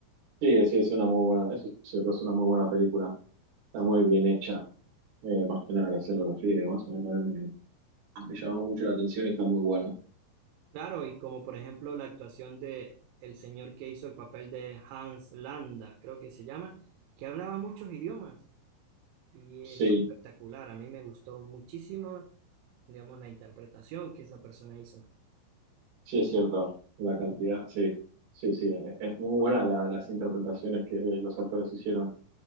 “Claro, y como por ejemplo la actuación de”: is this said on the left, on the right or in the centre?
Right